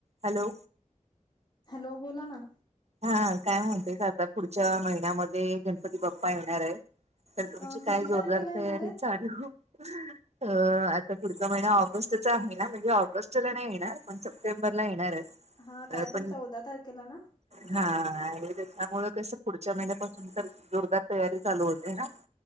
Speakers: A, on the right; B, on the left.
A: Hello
B: hello बोला ना
A: हा काय म्हणतोय आता पुढच्या महिन्यामध्ये गण पती बाप्पा येणार आहे, तर तुमची
B: अ किती
A: काय जोरदार
B: तारखेला येणार
A: तयारी
B: आहेत
A: चालू त आता पुढचा महिना ऑगस्टचचा आहे ना म्हणजे ऑगस्टला नाही येणार पण सप्टेंबरला येणार आहे
B: हा काय
A: पण
B: तर चौदा तारखेला ना
A: हा त्यामुळ कसं पुढच्या महिन्यापासून तर जोरदार तयारी चालू होते ना